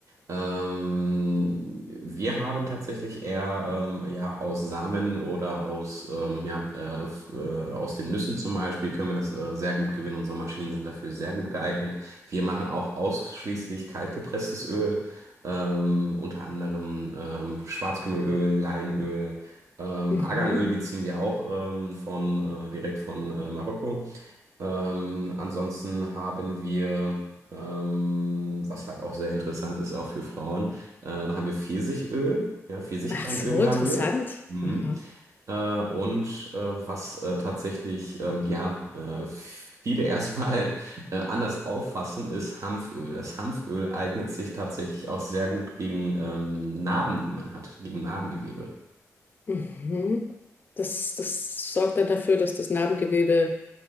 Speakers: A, on the right; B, on the left.
A: Ähm, wir haben tatsächlich eher ähm, ja, aus Samen oder aus, ähm, ja, äh, f- äh, aus den Nüssen zum Beispiel können wir das äh, sehr gut gewinnen. Unsere Maschinen sind dafür sehr gut geeignet. Wir machen auch ausschließlich kaltgepresstes Öl, ähm, unter anderem ähm, Schwarzkümmelöl, Leinöl. Ähm,
B: Mhm.
A: Arganöl beziehen wir auch ähm, von, äh, direkt von äh, Marokko. Ähm, ansonsten haben wir ähm, was halt auch sehr interessant ist, auch für Frauen. Äh, dann haben wir Pfirsichöl, ja, Pfirsichkernöl
B: Ach so, interessant.
A: haben wir. Mhm.
B: Aha.
A: Äh, und äh, was äh, tatsächlich, ähm, ja, äh, viele <laughs> erstmal äh, anders auffassen, ist Hanföl. Das Hanföl eignet sich tatsächlich auch sehr gut gegen ähm, Narben, die man hat, gegen Narbengewebe.
B: Mhm. Das, das sorgt dann dafür, dass das Narbengewebe